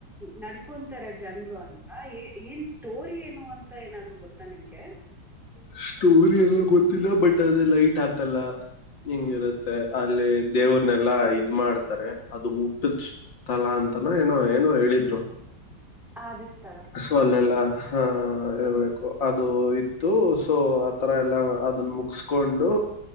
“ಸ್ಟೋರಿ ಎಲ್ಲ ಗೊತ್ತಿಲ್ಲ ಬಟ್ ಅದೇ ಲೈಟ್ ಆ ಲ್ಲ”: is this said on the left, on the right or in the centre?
Left